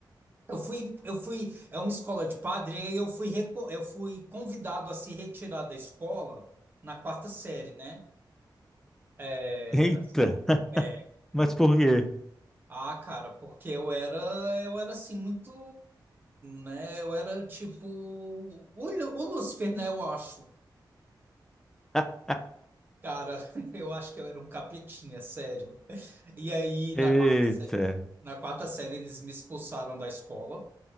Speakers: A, on the right (about 25°); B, in the centre.
A: eu fui, eu fui, é uma escola de padre, e aí eu fui reco- eu fui convidado a se retirar da escola na quarta série, né? É,
B: Eita, <laughs>
A: é.
B: mas por quê?
A: ah, cara, porque eu era, eu era assim muito, né? Eu era tipo o, Lu- o Lúcifer, né? Eu acho.
B: <laughs>
A: Cara, <laughs> eu acho que eu era um capetinha, sério. E aí
B: Eita.
A: na quarta Na quarta série, eles me expulsaram da escola.